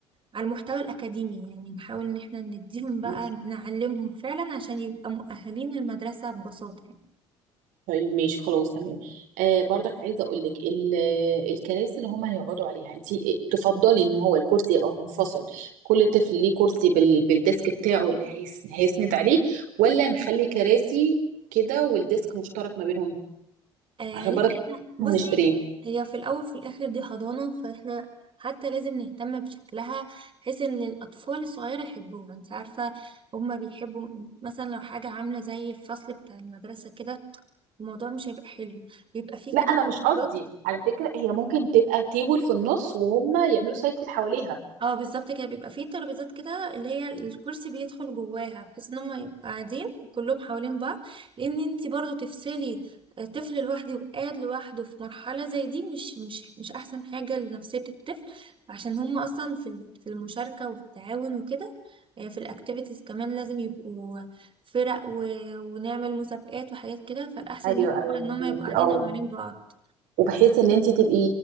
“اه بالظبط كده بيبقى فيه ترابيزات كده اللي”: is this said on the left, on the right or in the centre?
Right